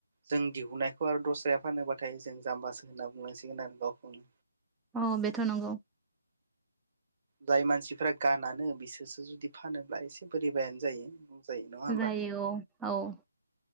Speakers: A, on the right; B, in the centre.
A: जों दिहुननायखौ आरो दस्राया फानोबाथाय जों जाम्बासो होनना बुंनांसिगोन आरो गावखौनो।
B: औ बेथ' नंगौ।
A: जाय मानसिफ्रा गानानो बिसोरसो जुदि फानोब्ला एसे बोरैबायानो जायो। बुंजायो नङा होमबा?
B: जायो औ औ